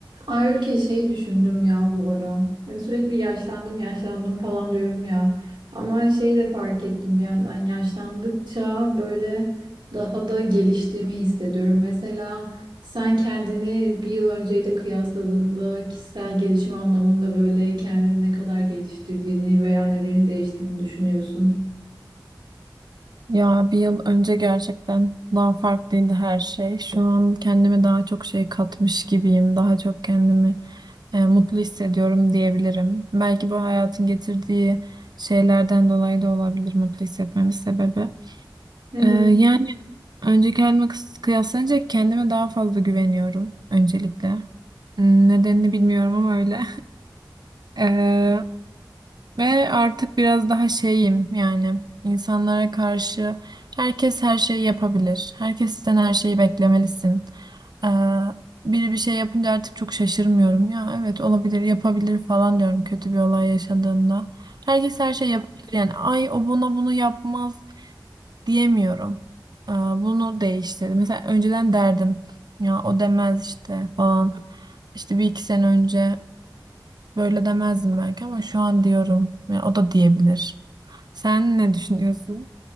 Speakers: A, on the right; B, on the right.
A: Ayrıca şey düşündüm ya bu ara. Hani sürekli yaşlandım yaşlandım falan diyorum ya. Ama şeyi de fark ettim bir yandan yaşlandıkça böyle daha da geliştiğimi hissediyorum. Mesela sen kendini bir yıl önceyle kıyasladığında kişisel gelişim anlamında böyle kendini ne kadar geliştirdiğini veya nelerin değiştiğini düşünüyorsun.
B: Ya bir yıl önce gerçekten daha farklıydı her şey. Şu an kendime daha çok şey katmış gibiyim. Daha çok kendimi e, mutlu hissediyorum diyebilirim. Belki bu hayatın getirdiği şeylerden dolayı da olabilir mutlu hissetmemin sebebi.
A: Evet.
B: E, yani önceki halime kıs- kıyaslanınca kendime daha fazla güveniyorum öncelikle. Nedenini bilmiyorum ama öyle. <laughs> Ve artık biraz daha şeyim yani insanlara karşı herkes her şeyi yapabilir. Herkesten her şeyi beklemelisin. Ee, biri bir şey yapınca artık çok şaşırmıyorum. Ya evet olabilir yapabilir falan diyorum kötü bir olay yaşadığımda. Herkes her şey yapabilir yani ay o bana bunu yapmaz diyemiyorum. Ee, bunu değiştirdi. Mesela önceden derdim ya o demez işte falan. İşte bir iki sene önce. Böyle demezdim belki ama şu an diyorum. Ya o da diyebilir. Sen ne düşünüyorsun?